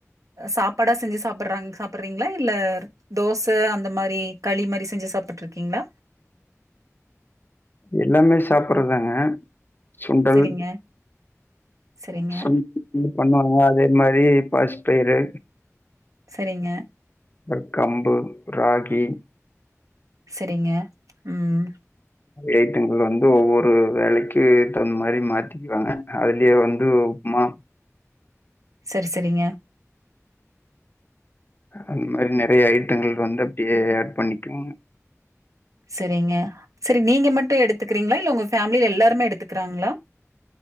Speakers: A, on the right (about 85°); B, on the left (about 40°).
A: சாப்பாடா செஞ்சு சாப்புடுறாங் சாப்புடுறீங்ளா இல்ல தோச அந்த மாரி களி மாரி செஞ்சு சாப்டிட்ருக்கீங்ளா
B: எல்லாமே சாப்பட்றதாங்க சுண்டல்
A: சரிங்க, சரிங்க,
B: <unintelligible> பண்ணுவாங்க அதே மாரி தே பாசிப்பயிறு
A: செரிங்க
B: <unintelligible> கம்பு ராகி
A: செரிங்க ம்
B: ஏட்டங்கள் வந்து ஒவ்வொரு வேலைக்கு எத்த மாரி மாத்திக்குவாங்க அதுலே வந்து உப்மா
A: சரி சரிங்க
B: அந்த மாரி நறைய ஐட்டங்கள் வந்து அப்டியே ஆட் பண்ணிக்குங்க
A: சரிங்க சரி நீங்க மட்டு எடுத்துக்றீங்ளா இல்ல உங்க ஃபேமிலில எல்லாருமே எடுத்துக்குறாங்ளா